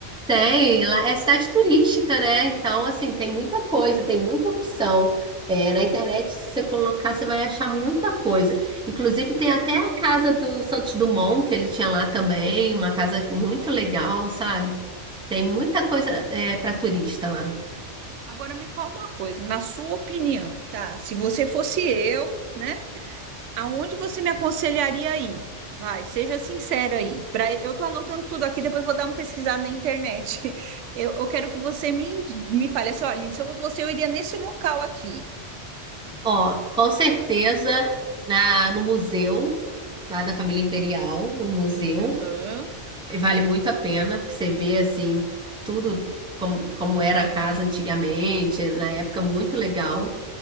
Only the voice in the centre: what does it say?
Tem, lá é cidade turística, né? Então, assim, tem muita coisa, tem muita opção. É, na internet, se você colocar, você vai achar muita coisa. Inclusive, tem até a casa do Santos Dumont, que ele tinha lá também, uma casa muito legal, sabe? Tem muita coisa, é, para turista lá.
Ó, com certeza na, no museu lá da família Imperial, um museu,
e vale muito a pena, porque você vê assim tudo como, como era a casa antigamente, na época muito legal.